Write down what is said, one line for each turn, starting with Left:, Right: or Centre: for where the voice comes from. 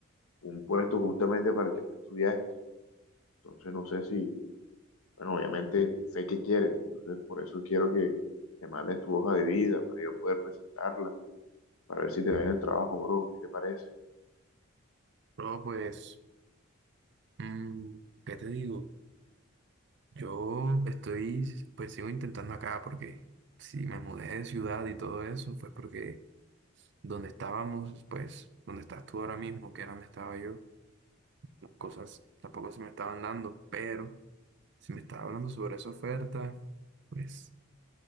Left: un puesto justamente para el que tú estudiaste. Entonces no sé si, bueno, obviamente sé qué quieres, entonces por eso quiero que me mandes tu hoja de vida para yo poder presentarla, para ver si te dan el trabajo, bro, ¿qué te parece?
Right: Bro, pues, mm, ¿qué te digo? Yo estoy, pues sigo intentando acá porque si me mudé de ciudad y todo eso fue porque donde estábamos, pues donde estás tú ahora mismo, que era donde estaba yo, las cosas tampoco se me estaban dando, pero si me estaba hablando sobre esa oferta, pues